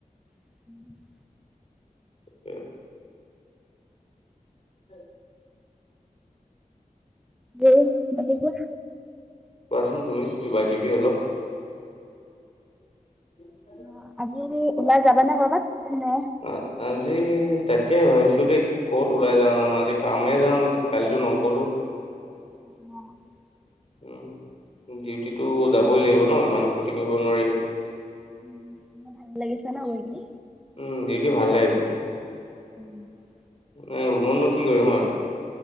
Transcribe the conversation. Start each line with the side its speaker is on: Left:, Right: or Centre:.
Centre: <inaudible>
Left: <unintelligible> <unintelligible>
Centre: উম, বাকী কোৱা?
Left: কোৱাচোন তুমি, কিবা-কিবি অলপ? <inaudible>
Centre: <inaudible> অ' আজি ওলাই যাবানে কৰ'বাত? কোনে?
Left: আ, আজি তাকে ভাবিছোঁ দেই! ক'ত ওলাই যাওঁনো? আজি কামেই যাওঁ নেকি! কালিতো নগ'লো।
Centre: <inaudible>
Left: উম, ডিউটিটো যাবই লাগিব ন'। ইমান ক্ষতি কৰিব নোৱাৰি।
Centre: উম, ভাল লাগিছে ন' গৈ কিনি?
Left: উম, ডিউউি ভাল লাগে, কৰি।
Centre: <inaudible>
Left: <unintelligible> কি কৰিম হয়!